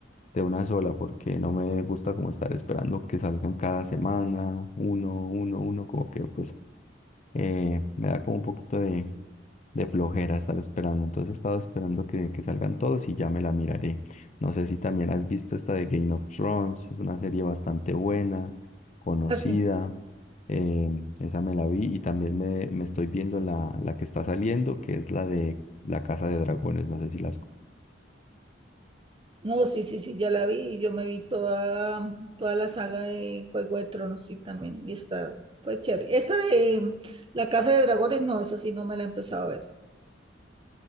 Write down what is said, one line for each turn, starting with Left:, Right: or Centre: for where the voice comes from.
Left: de una sola, porque no me gusta como estar esperando que salgan cada semana, uno, uno, uno, como que pues eh, me da como un poquito de, de flojera estar esperando. Entonces he estado esperando que, que salgan todos y ya me la miraré. No sé si también has visto esta de Game of Thrones, es una serie bastante buena, conocida.
Right: Así.
Left: em, esa me la vi y también me, me estoy viendo la, la que está saliendo, que es la de La Casa de Dragones. No sé si las...
Right: No, sí, sí, sí, ya la vi. y Yo me vi toda, toda la saga de Juego de Tronos, sí, también. Y esta fue chévere. Esta de La Casa de Dragones, no, esa sí no me la he empezado a ver.